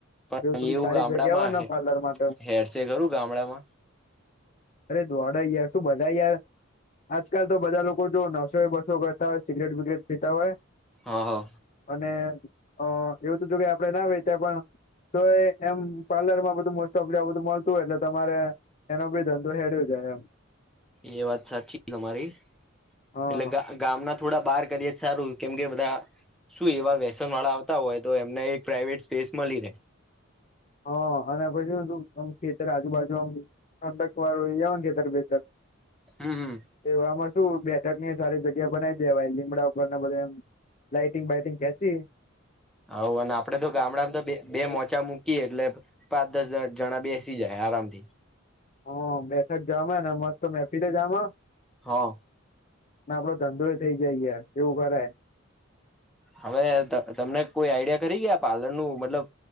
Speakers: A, in the centre; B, on the left.
A: પણ
B: એવું થોડી સારી
A: ગામડામાં
B: જગ્યા હોય ને પાર્લર માટે
A: હેરશે ખરું ગામડામાં
B: અરે દોડે યાર શું બધા યાર આજકાલ તો બધા લોકો જો નવસો એ બસો કરતા હોય સિગરેટ બિગ્રેટ પીતા હોય,
A: હા હા
B: અને અહ એવું તો જો કે આપણેે ના વેચાય પણ તોય એમ પાર્લર માં બધું મોસ્ટ ઓફલી આવુ બધું મળતું હોય એટલે તમારે એનો બી ધંધ તો હેડે જાય એમ.
A: એ વાત સાચી તમારી,
B: હા
A: એટલે ગા ગામના થોડા બહાર કરીએ સારું કેમ કે બધા શું એવા વ્યસન વાળા આવતા હોય, તો એમને એક પ્રાઇવેટ સ્પેસ મલી રહે.
B: હા અને <unintelligible> ખેતર આજુબાજુ આમ ઠંડક વાળા હોય ને એવા ખેતર બેતર
A: હમ્મ-હમ્મ.
B: જોમાં શું બેઠક ની સારી જગ્યા બનાવી દેવાય લીમડા ઉપર ને બધા એમ લાઈટિંગ બાઈટિંગ ખેચી
A: હાવ અને આપડે તો ગામડામાં તો બે મોચા મુક કી એટલે પાંચ દસ જણા બેસી જાય આરામથી
B: હ બેઠક જવા ને મસ્ત મેફિરે જમાં
A: હા
B: અને આપડો ધંધોય થઇ જાય ગય એવું કરય
A: હવે ત તમને કોઈ આઈડિયા ખરી ગયા પાર્લર નું મતલબ